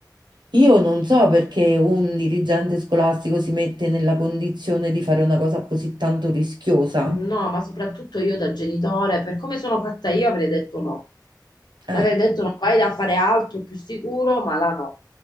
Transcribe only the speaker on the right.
Io non so perché un dirigente scolastico si mette nella condizione di fare una cosa così tanto rischiosa.
Eh,